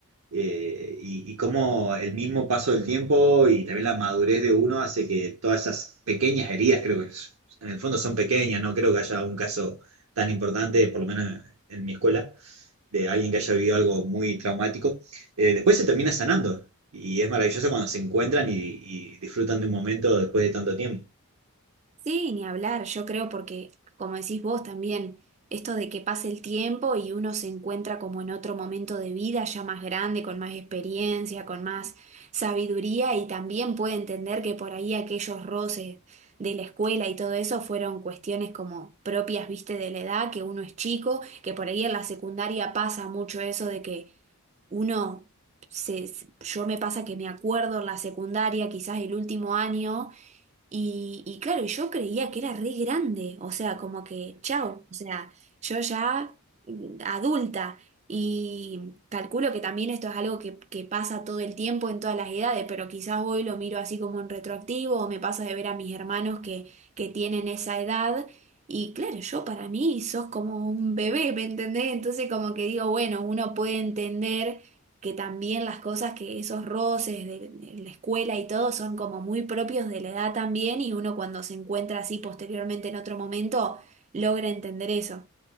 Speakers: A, on the right; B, on the right.
A: eh, y, y cómo el mismo paso del tiempo y también la madurez de uno hace que todas esas pequeñas heridas, creo que es- en el fondo son pequeñas, no creo que haya un caso tan importante, por lo menos en mi escuela, de alguien que haya vivido algo muy traumático, eh, después se termina sanando y es maravilloso cuando se encuentran y, y disfrutan de un momento después de tanto tiempo.
B: Sí, ni hablar, yo creo porque, como decís vos también, esto de que pase el tiempo y uno se encuentra como en otro momento de vida, ya más grande, con más experiencia, con más sabiduría y también puede entender que por ahí aquellos roces de la escuela y todo eso fueron cuestiones como propias, viste, de la edad, que uno es chico, que por ahí en la secundaria pasa mucho eso de que uno se, se- yo me pasa que me acuerdo en la secundaria, quizás el último año y, y claro, y yo creía que era re grande, o sea, como que, chao, o sea, yo ya mm, adulta y calculo que también esto es algo que, que pasa todo el tiempo en todas las edades, pero quizás hoy lo miro así como en retroactivo o me pasa de ver a mis hermanos que, que tienen esa edad y claro, yo para mí sos como un bebé, ¿me entendés? Entonces como que digo, bueno, uno puede entender que también las cosas que esos roces de, de la escuela y todo son como muy propios de la edad también y uno cuando se encuentra así posteriormente en otro momento logra entender eso.